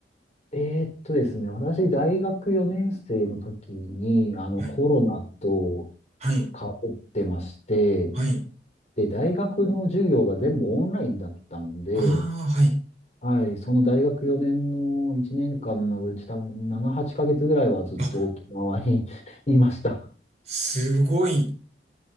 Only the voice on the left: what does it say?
い。えーっとですね、私、大学4年生の時に、あの、
コロナと
かってまして、
で、大学の授業が全部オンラインだったんで、
はい、その大学4年の1年間のうち多分7、8ヶ月ぐらいはずっと沖縄に
<laughs> いました。